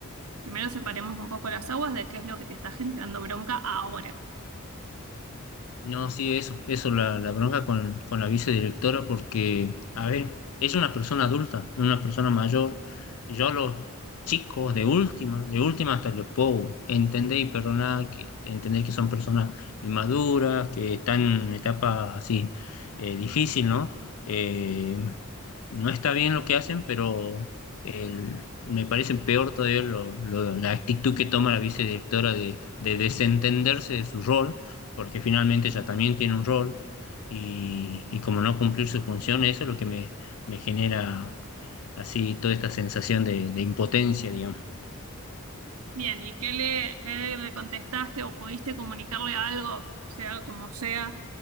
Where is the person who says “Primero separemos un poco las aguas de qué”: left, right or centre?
Right